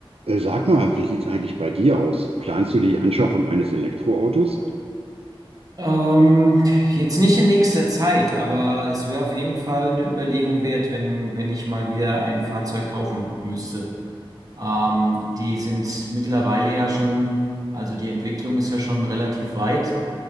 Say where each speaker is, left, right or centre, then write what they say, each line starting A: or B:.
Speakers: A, on the right; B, on the right.
A: Äh, Sag mal, wie sieht's eigentlich bei dir aus? Planst du die Anschaffung eines Elektroautos?
B: Ähm, jetzt nicht in nächster Zeit, aber es wäre auf jeden Fall eine Überlegung wert, wenn, wenn ich mal wieder ein Fahrzeug kaufen müsste. Ähm, die sind mittlerweile ja schon, also die Entwicklung ist ja schon relativ weit,